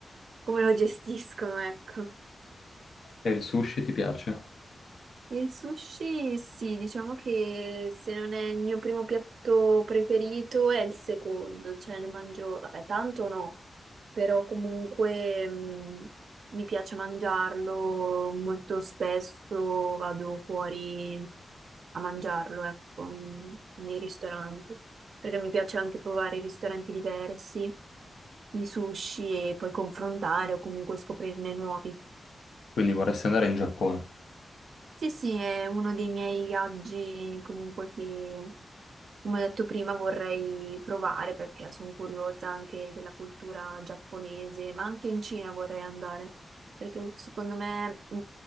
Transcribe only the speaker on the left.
E il sushi ti piace?
Quindi vorresti andare in Giappone.